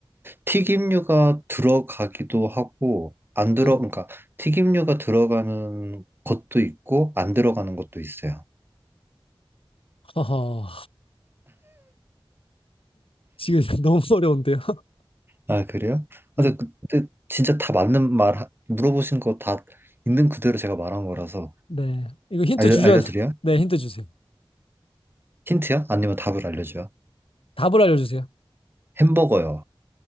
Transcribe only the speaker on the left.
네.
허허, 지금 <laughs> 너무 어려운데요. <laughs>
네.
네. 이거 힌트
주셔야
돼. 네, 힌트 주세요.
답을 알려주세요.